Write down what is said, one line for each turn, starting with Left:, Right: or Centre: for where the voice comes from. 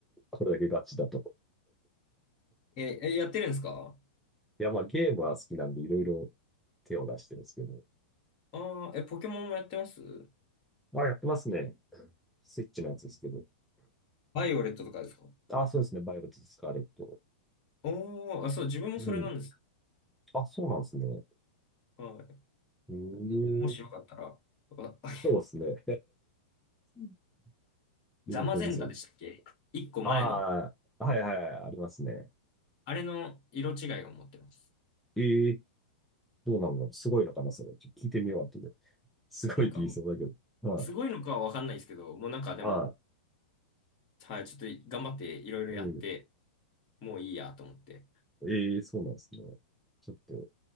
Centre: これだけガチだと。
Left: え、え、やってるんですか
Centre: いや、まあ、ゲームは好きなんで、いろいろ手を出してるんですけど。
Left: ああー、え、ポケモンもやってます
Centre: あ、やってますね。スイッチのやつですけど。
Left: バイオレットとかですか
Centre: あ、そうですね。バイオレット・スカーレット。
Left: おー、あ、そう、自分もそれなんですよ。
Centre: うん。あ、そうなんですね。
Left: はい。
Centre: うーん。
Left: もしよかったら、あ、<laughs> あ
Centre: そうですね。<laughs> 喜びそうです。
Left: ザマゼンタでしたっけ一個前の、
Centre: ああ、はいはい、ありますね。
Left: あれの色違いを持ってます。
Centre: ええどうなんだろうすごいのかなそれ。ちょっと聞いてみよう、後で。すごいって言いそうだけど。
Left: なんか、
Centre: はい。
Left: すごいのかはわかんないですけど、もうなんかでも、
Centre: は
Left: はい、ちょっと頑張っていろいろやって、
Centre: い。え
Left: もういいやと思って。
Centre: ええーそうなんですね。ちょっと、